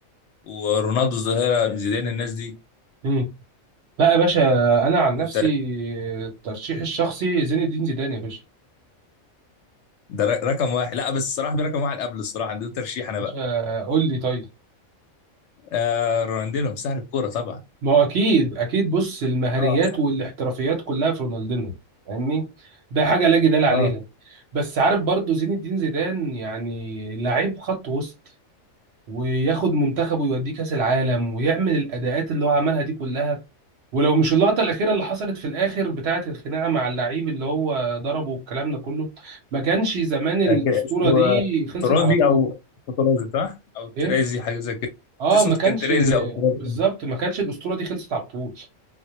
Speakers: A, on the left; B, on the right.
A: ورونالدو الظاهره زيدان الناس دي
B: مم. لا يا باشا انا عن نفسي
A: انت
B: الترشيح الشخصي زين الدين زيدان يا باشا
A: ده ر- رقم واحد لا بس الصراحه في رقم واحد قبل الصراحه عندي ترشيح انا
B: باشا
A: بقى
B: قول لي طيب
A: آه رونالدينهم سحر الكوره طبعا
B: ما هو اكيد اكيد بص المهاريات
A: اه صح.
B: والاحترافيات كلها في رونالدينو فاهمني ده حاجه لا جدال عليها
A: اه
B: بس عارف برضو زين الدين زيدان يعني لعيب خط وسط وياخد منتخبه ويوديه كاس العالم ويعمل الاداءات اللي هو عملها دي كلها ولو مش اللقطة الأخيرة اللي حصلت في الآخر بتاعة الخناقة مع اللعيب اللي هو ضربه والكلام ده كله ما كانش زمان الأسطورة
A: أكيد. اسمه
B: دي خلصت
A: ترازي
B: على طول
A: او ترازي صح او ترازي
B: إيه؟
A: حاجه زي كده
B: آه
A: اسمه
B: ما كانش
A: كان ترازي او ترازي
B: بالظبط ما كانش الأسطورة دي خلصت على طول